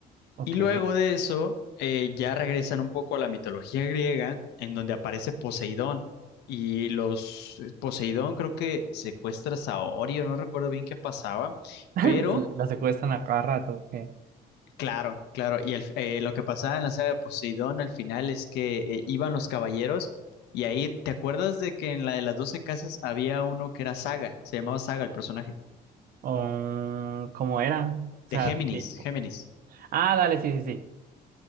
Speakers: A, on the right (about 60°); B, on the left (about 80°).
A: Ok.
B: Y luego de eso eh, ya regresan un poco a la mitología griega en donde aparece Poseidón y los eh, Poseidón creo que secuestra a Saorio, no recuerdo bien qué pasaba,
A: <laughs>
B: pero
A: La secuestran a cada rato, ok.
B: Claro, claro. Y el- eh, lo que pasaba en la saga de Poseidón al final es que eh, iban los caballeros y ahí, ¿te acuerdas de que en la de las 12 casas había uno que era Saga? Se llamaba Saga el personaje.
A: Um, ¿cómo era? O
B: De
A: sea,
B: Géminis,
A: tipo.
B: Géminis.
A: Ah, dale, sí, sí, sí.